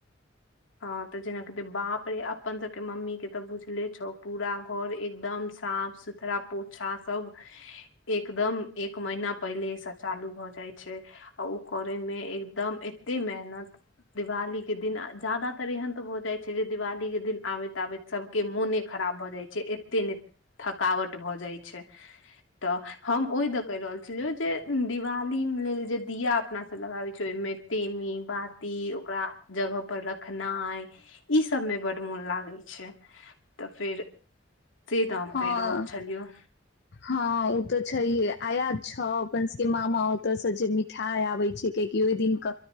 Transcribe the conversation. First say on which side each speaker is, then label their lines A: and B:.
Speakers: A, on the left (about 80°); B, on the left (about 60°).
A: हँ तऽ जेना के बाप पर अपन सके मम्मी के तऽ बुझले पूरा घर एकदम साफ सुथरा पोछा सब एकदम एक महीना पहिले चालू भ जाय छै आ ओ करे मे एकदम एते मेहनत दिवाली के दिन ज्यादातर एहन त भ जाय छै जे दिवाली के दिन आबैत आबैत सब के मोने खराब भ जाय छै जे एतेक थकावट भ जा छै त हम ओय कहि रहल छी जे दिवाली लेल जे दिया अपना सब लगाबै छै ओहिमे टेमी बाती ओकरा जगह रखनाइ ई सबमे बड्ड मोन लागै छै तऽ फेर से तऽ हम
B: हँ
A: कहि रहल छलियौ।
B: हँ ओ तऽ छैे आय याद छौ अपन सब के मामा ओते से जे मिठाई आबे छै कियाकि ओहि दिन के